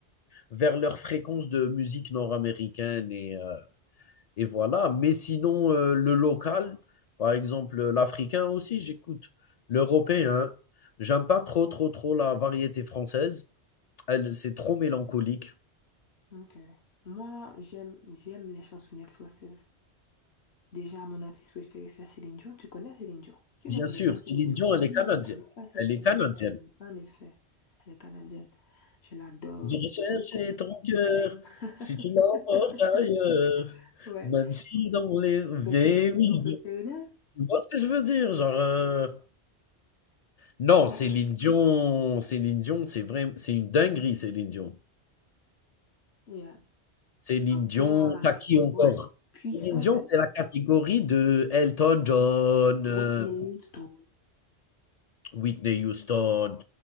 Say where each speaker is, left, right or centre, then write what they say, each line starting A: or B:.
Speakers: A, on the left (about 55°); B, on the left (about 70°).
A: vers leur fréquence de musique nord-américaine et, euh, et voilà. Mais sinon, euh, le local, par exemple, euh, l'africain aussi, j'écoute. L'européen, j'aime pas trop, trop, trop la variété française. Elle, c'est trop mélancolique.
B: Ok. Moi, j'aime, j'aime les chansonnettes françaises. Déjà, mon artiste préféré, c'est Céline Dion. Tu connais Céline Dion? Qui
A: Bien
B: ne connaît
A: sûr,
B: pas Céline
A: Céline
B: Dion?
A: Dion, elle
B: Qui
A: est canadienne.
B: ne connaît pas Céline
A: Elle
B: Dion?
A: est
B: Elle
A: canadienne.
B: est canadienne. En effet, elle est canadienne. Je l'adore
A: J'irai chercher
B: beaucoup.
A: ton cœur
B: <laughs>
A: si tu l'emportes ailleurs,
B: Ouais.
A: même si dans les mais
B: Donc, c'est ton chanson
A: oui,
B: préférée
A: mais
B: d'elle?
A: tu vois ce que je veux dire? Genre, heu,
B: Ouais.
A: non,
B: Ouais.
A: Céline Dion Céline Dion, c'est vraim c'est une dinguerie, Céline Dion.
B: Yeah.
A: Céline
B: Sa
A: Dion,
B: voix,
A: t'as
B: la
A: qui
B: sa
A: encore?
B: voix est puissante,
A: Céline Dion,
B: hein?
A: c'est la catégorie de Elton John,
B: Whitney
A: heu,
B: Houston.
A: Whitney Houston.